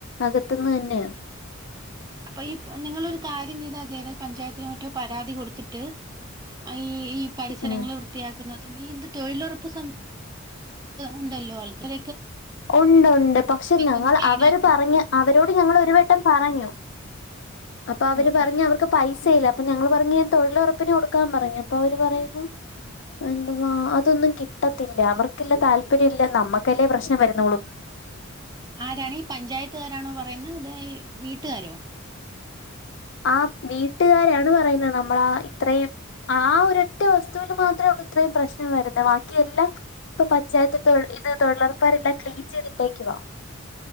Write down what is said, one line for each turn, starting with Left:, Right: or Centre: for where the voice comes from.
Left: അകത്തുന്ന് തന്നെയാണ്
Right: അപ്പൊ ഈ നിങ്ങളൊരു കാര്യം ചെയ്താ അദ് പഞ്ചായത്തിലെ മറ്റോ പരാതി കൊടുത്തിട്ട് ഈ ഈ പരിസരങ്ങൾ
Left: ഉം
Right: വൃത്തിയാക്കുന്നത് ഈന്ത് തൊഴിലുറപ്പ് സംം ഉണ്ടല്ലോ ആൾക്കാര
Left: ഉണ്ട് ഉണ്ട് പക്ഷെ ഞങ്ങൾ
Right: ഒന്ന് ക്ലീൻ
Left: അവര്
Right: ആക്കുന്നു
Left: പറഞ്ഞ് അവരോ ഞങ്ങൾ ഒരു വട്ടം പറഞ്ഞു അപ്പൊ അവര്
Right: ഓക്കെ
Left: പറഞ്ഞഞ് അവർക്ക് പൈസ ഇല്ല അപ്പൊ ഞങ്ങൾ പറഞ്ഞു തൊഴിലുറപ്പിന് കൊടുക്കാൻ പറഞ്ഞു അപ്പൊ അവര് പറയുന്നു എന്താവാ അതൊന്നും കിട്ടത്തില്ല അവർക്കല്ല താല്പര്യം ഇല്ല നമ്മക്കല്ലേ പ്രശ്ന വ ന്നോളു
Right: ആരാണി പഞ്ചായത്തുകാരാണോ പറഞ്ഞ പറയുന്ന അതോ വീട്ടുകാരോ
Left: ആ വീട്ടുകാരാണ് പറയുന്നത് നമ്മളാ ഇത്രയും ആ ഒര ഒറ്റ അവസ്ഥ മാത്രമേുള്ള ഇത്രയും പ്രശനം വെറുതെ ബാക്കിയ എല്ലാം ഇപ്പൊ പഞ്ചായത്ത് ഇത് തൊഴിലുറപ്പരെല്ലാം ക്ലീൻ ചെയ്തിട്ടേക്കുവ